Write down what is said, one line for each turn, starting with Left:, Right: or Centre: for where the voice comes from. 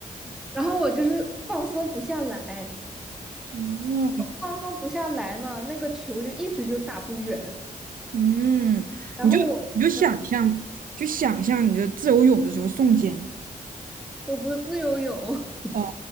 Centre: 然后我就是放松不下来，
Right: 嗯
Centre: 放松不下来嘛，那个球就一直就打不远。
Right: 嗯，
Centre: 然后我，
Right: 你就你就想象，
Centre: 嗯，
Right: 就想象你的自由泳的时候送肩。
Centre: 我不是自由泳，
Right: 哦，